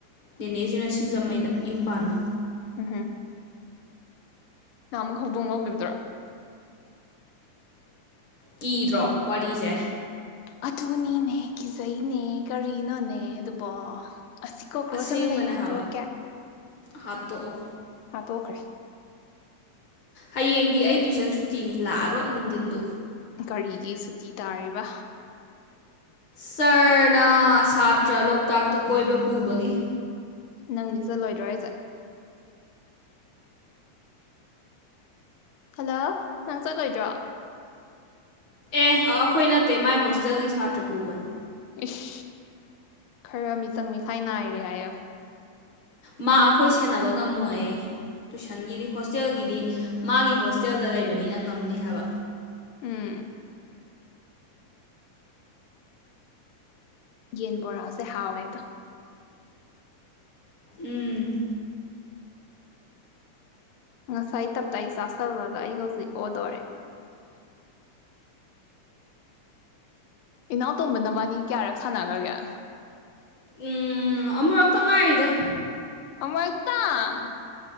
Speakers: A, on the left; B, on the left.
A: ꯅꯦꯅꯦꯁꯤꯅ ꯁꯤꯡꯖꯃꯩꯗ ꯌꯨꯝ ꯄꯥꯟꯕ
B: ꯎꯝ ꯍꯝ ꯅꯍꯥꯟ ꯑꯃꯨꯛ ꯍꯧꯗꯣꯡ ꯉꯧꯈꯤꯕꯗꯨꯔꯥ
A: ꯀꯤꯗ꯭ꯔꯣ ꯋꯥꯔꯤꯁꯦ
B: ꯑꯗꯨꯅꯤꯅꯦ ꯀꯤꯖꯩꯅꯦ ꯀꯔꯤꯅꯣꯅꯦ ꯑꯗꯨꯕꯣ ꯑꯁꯤ ꯀꯣꯀ꯭ꯔꯣꯆ
A: ꯑꯁꯦꯡꯕꯅꯦ
B: ꯑꯃ ꯂꯩꯔꯦ ꯍꯥꯠꯇꯣꯛꯀꯦ
A: ꯍꯥꯏꯕ ꯍꯥꯠꯇꯣꯛꯑꯣ
B: ꯍꯥꯠꯇꯣꯛꯈ꯭ꯔꯦ
A: ꯍꯌꯦꯡꯗꯤ ꯑꯩ ꯇꯨꯏꯁꯟ ꯁꯨꯇꯤꯅꯤ ꯂꯥꯛꯑꯔꯣꯏ ꯅꯨꯡꯊꯤꯟꯗꯨ
B: ꯀꯔꯤꯒꯤ ꯁꯨꯇꯤ ꯇꯥꯔꯤꯕ
A: ꯁꯥꯔꯅ ꯁꯥꯇ꯭ꯔ ꯂꯣꯛꯇꯥꯛꯇ ꯀꯣꯏꯕ ꯄꯨꯕꯒꯤ
B: ꯅꯪꯗꯤ ꯆꯠꯂꯣꯏꯗ꯭ꯔꯣ ꯑꯩꯁꯦ ꯍꯜꯂꯣ ꯅꯪ ꯆꯠꯂꯣꯏꯗ꯭ꯔꯣ
A: ꯑꯦ ꯑꯩꯈꯣꯏ ꯅꯠꯇꯦ ꯃꯥꯏ ꯍꯣꯁꯇꯦꯜꯒꯤ ꯁꯥꯇ꯭ꯔ ꯄꯨꯕꯅꯤ
B: ꯏꯁ ꯈꯔ ꯃꯤꯆꯪ ꯃꯤꯈꯥꯏ ꯅꯥꯏꯔꯦ ꯑꯌ
A: ꯃꯥ ꯑꯩꯈꯣꯏ ꯁꯦꯟꯅꯕ ꯉꯝꯃꯣꯏ ꯇꯨꯏꯁꯟꯒꯤꯗꯤ ꯍꯣꯁꯇꯦꯜꯒꯤꯗꯤ ꯃꯥꯒꯤ ꯍꯣꯁꯇꯦꯜꯗ ꯂꯩꯕꯅꯤꯅꯪ ꯉꯝꯅꯤ ꯍꯥꯏꯕ
B: ꯎꯝ ꯌꯦꯟ ꯕꯣꯔꯥꯁꯦ ꯍꯥꯎꯋꯦ ꯑꯗꯣ
A: ꯎꯝ
B: ꯉꯁꯥꯏ ꯇꯞꯇ ꯑꯩ ꯆꯥꯥꯁꯜꯂꯒ ꯑꯩ ꯍꯧꯖꯤꯛ ꯑꯣꯗꯣꯔꯦ ꯏꯅꯥꯎꯇꯣꯝꯕꯅ ꯃꯥꯅꯤ ꯀꯌꯥꯔꯛ ꯁꯥꯟꯅꯈ꯭ꯔꯒꯦ
A: ꯎꯝ ꯑꯃꯛ ꯋꯥꯛꯇ ꯉ ꯏꯗ
B: ꯑꯃꯛꯇꯥꯡ